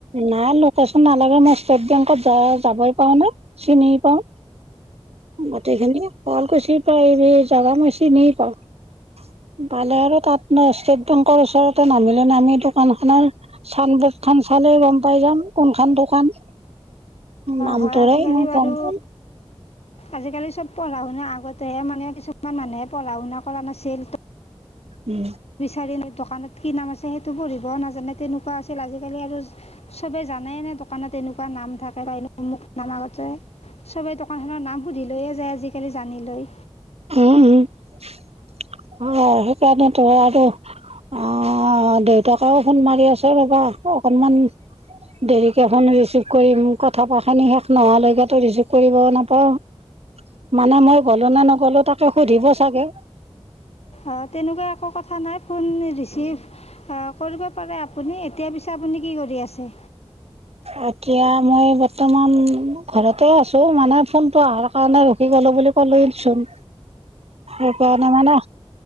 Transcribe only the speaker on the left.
হয় আজিকালি
বাৰু
আজিকালি চব পঢ়া শুনা আগতেহে মানে কিছুমান মানুহে পঢ়া শুনা কৰা নাছিল।
বিচাৰি ন দোকানত কি নাম আছে সেইটো পঢ়িব নাজানে তেনেকোৱা আছিল আজিকালি আৰু চবে জানে নে দোকানত তেনেকোৱা নাম থাকে পাৰিলে ম নামগতে চবে দোকানখনৰ নাম সুধি লৈয়ে যায় আজিকালি জানি লৈ।
অ তেনেকোৱা একো কথা নাই ফোন ৰিচিভ। কৰিব পাৰে আপুনি এতিয়া পিছে আপুনি কি কৰি আছে।